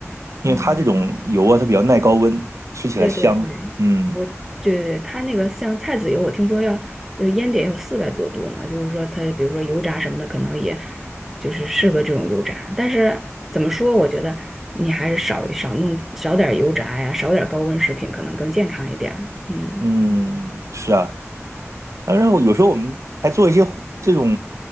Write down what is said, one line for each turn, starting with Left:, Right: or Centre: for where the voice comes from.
Right: 因为它这种油啊，
Centre: 嗯，
Right: 它比较耐高温，吃起来香。
Centre: 对对对，
Right: 嗯
Centre: 我这它那个像菜籽油，我听说要呃烟点有四百多度呢，就是说它比如说油炸什么的，可能也就是适合这种油炸。但是怎么说，我觉得你还是少少弄少点儿油炸呀，少点儿高温食品，可能更健康一点儿。嗯
Right: 嗯，是啊。当然我有时候我们还做一些烘这种